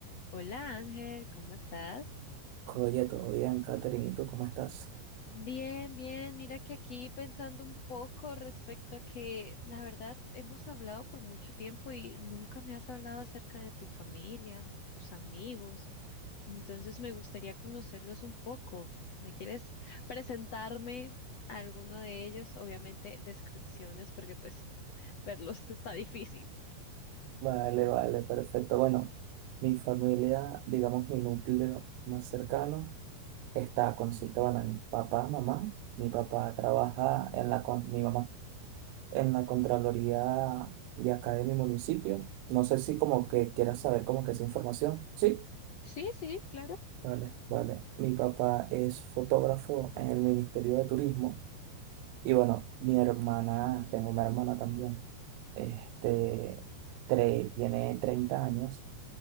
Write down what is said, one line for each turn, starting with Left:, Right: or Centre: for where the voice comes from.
Left: Hola Ángel, ¿cómo estás?
Right: Oye, todo bien, Catherine, ¿y tú cómo estás?
Left: Bien, bien, mira que aquí pensando un poco respecto a que la verdad hemos hablado por mucho tiempo y nunca me has hablado acerca de tu familia, tus amigos, entonces me gustaría conocerlos un poco. ¿Me quieres presentarme a alguno de ellos? Obviamente descripciones porque pues verlos <laughs> está difícil.
Right: Vale, vale, perfecto. Bueno, mi familia, digamos mi núcleo más cercano, está consiste, bueno, en papá, mamá. Mi papá trabaja en la, con- mi mamá, en la Contraloría de acá de mi municipio. No sé si como que quieras saber como que esa información. Sí,
Left: Sí, sí, claro.
Right: vale, vale. Mi papá es fotógrafo en el Ministerio de Turismo y bueno, mi hermana, tengo una hermana también. Este, tre- tiene 30 años